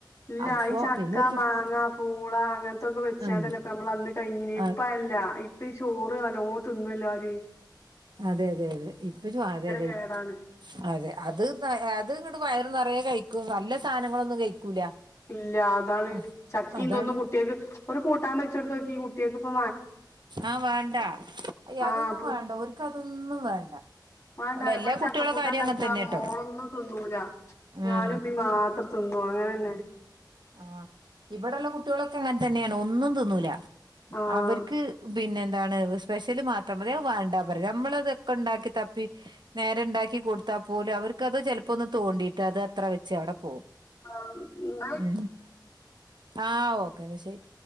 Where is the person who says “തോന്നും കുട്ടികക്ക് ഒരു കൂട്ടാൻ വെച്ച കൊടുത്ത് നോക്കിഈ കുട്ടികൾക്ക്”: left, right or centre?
Left